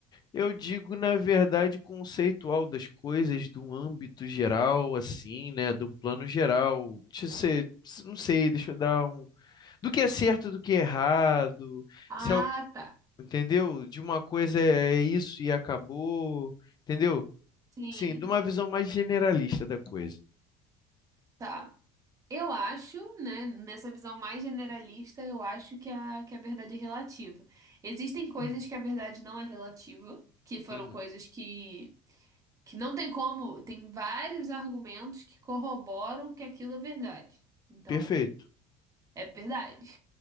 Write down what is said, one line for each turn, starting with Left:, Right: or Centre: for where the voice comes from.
Left: Eu digo, na verdade, conceitual das coisas, de um âmbito geral, assim, né? De um plano geral. Deixa eu ser, não sei, deixa eu dar um. Do que é certo, do que é errado.
Right: Ah,
Left: Se al-
Right: tá.
Left: entendeu? De uma coisa é é isso e acabou. Entendeu?
Right: Sim,
Left: Sim, de uma visão mais generalista da coisa.
Right: tá. Eu acho, né, nessa visão mais generalista, eu acho que a, que a verdade é relativa. Existem coisas
Left: Hum.
Right: que a verdade não é relativa, que foram
Left: Uhum.
Right: coisas que, que não tem como, tem vários argumentos que corroboram que aquilo é verdade. Então,
Left: Perfeito.
Right: é verdade.